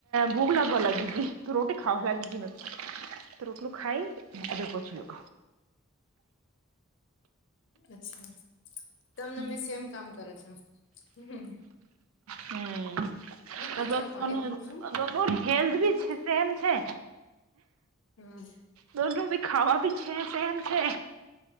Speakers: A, on the right; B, on the left.
A: ભૂગલા ભવા લાગી હતી રોટી ખાાવ લાગ જ મત તો રોટલું ખાઈ એદર કરછ લ
B: અચ્છા તમને
A: હમ
B: મેં સેમ કામ કરે છો હમ્મ
A: હમ્મ
B: પોચામાં
A: મલ
B: પાણી ભરું છું
A: હેલ્થ
B: હમ
A: બી છે પ્રેમ છે
B: હમ્મ
A: દોન ભી ખાવા ભી છે સેમ છે